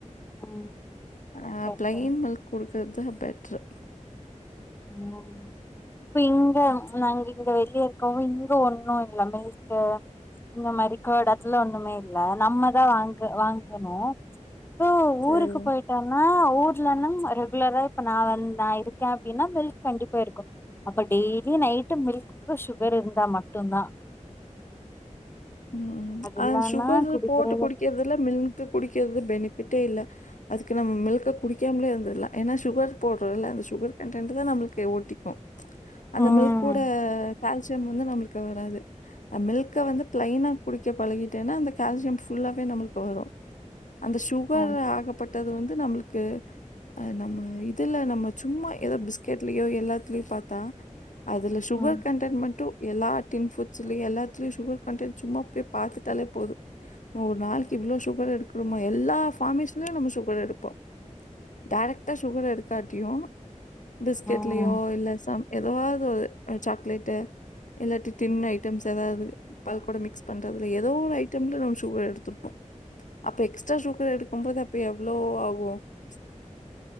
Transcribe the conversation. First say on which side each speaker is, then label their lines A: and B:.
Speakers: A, on the left; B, on the left.
A: ம்
B: ஆ
A: சரி
B: பிளைன்
A: சரி
B: மில்க் குடுக் இத்தா பெட்ரு
A: ம் இப்ப இங்க நாங்க இங்க வெளிய இருக்கவங்க இங்க ஒண்ணு இல்ல மில்க்கு இந்த மாரி கர்ட் அத்துல ஒண்ணுமே இல்ல நம்ம தா வாங்க வாங்கணு ப்போ
B: சரி.
A: ஊருக்கு போயிட்டோனா ஊர்லன்னா ரெகுலரா இப்ப நா வந் நா இருக்கே அப் ன்னா மில்க் கண்டிப்பா இருக்கு அப்ப டெய்லி நைட்டு மில்க்கு சுகர் இருந்தா மட்டு தா
B: ம் ம் ம்ச்
A: அது
B: அந்
A: இல்லன்னா
B: சுகரு
A: குடிக்கிறது
B: போட்டு குடிக்கிறதுல மில்கு குடிக்கிறது பெனிப் விட்டே இல்ல அதுக்கு நம் மில்க குடிக்காமலே இந்துர்லா ஏன்னா சு சுகர் போட்றல்ல அந்த சுகர் கன்டென்டு தா நம்மளுக்கு ஓட்டிக்கு அந்த
A: ம்
B: மில்க் கூட கால்சியம் வந்து நம்மளுக்கு வராது அ மில்க்க வந்து பிளைனா குடிக்க பழகிட்டேன்னா அந்த கால்சியம் ஃபுல்லாவே நம்மளுக்கு வரு அந்த சுகர்
A: ம்
B: ஆகப்பட்டது வந் இது நம்மளுக்கு அ நம்ம இதுல நம்ம சும்மா ஏதோ பிஸ்கெட்லயோ எல்லாத்துலயு பாத்தா அதுல சுகர்
A: ம்
B: கண்டென் மட்டு எல்லா டின் ஃபுட்ஸ்ல்லியு எல்லாத்திலியு சுகர் கன்டென்ட் சும்மா அப்டியே பாத்துட்டாலே போது ஒரு நாளைக்கு இவ்ளோ சுகர் எடுக்கணுமோ எல்லா ஃபார்மேஷலயு நம்ம சுகர் எடுப்போ டைரக்ட்டா சுகர் எடுக்காட்டியு பிஸ்கெட்லையோ
A: ம்
B: இல்ல சம் எதவாது ஒரு அ சாக்லேட்டு இல்லாட்டி டின் ஐட்டம்ஸ் எதாவது பால் கூட மிக்ஸ் பண்றதுல ஏதோ ஒரு ஐட்டம்ல நம்ம சுகர் எடுத்திருப்போ அப்ப எக்ஸ்ட்ரா சுகர் எடுக்கும் போது அப்ப எவ்ளோ ஆகு ம்ச்